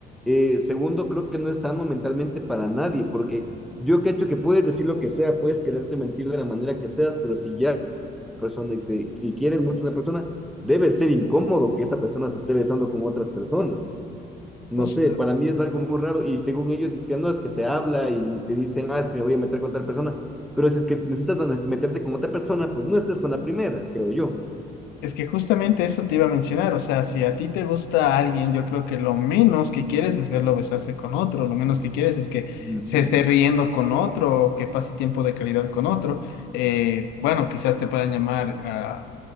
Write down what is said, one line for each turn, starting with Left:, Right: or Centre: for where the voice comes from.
Centre: Eh, segundo, creo que no es sano mentalmente para nadie, porque yo que hecho que puedes decir lo que sea, puedes quererte mentir de la manera que seas, pero si ya eres una persona y, te, y quieres mucho a una persona, debe ser incómodo que esta persona se esté besando con otras personas. No
Left: justo-
Centre: sé, para mí es algo muy raro y según ellos dicen, no, es que se habla y te dicen, ah, es que me voy a meter con tal persona, pero si es que necesitas meterte con otra persona, pues no estés con la primera, creo yo.
Left: es que justamente eso te iba a mencionar. O sea, si a ti te gusta alguien, yo creo que lo menos que quieres es verlo besarse con otro. Lo menos que quieres es que
Centre: Ujú.
Left: se esté riendo con otro o que pase tiempo de calidad con otro. Eh, bueno, quizás te puedan llamar a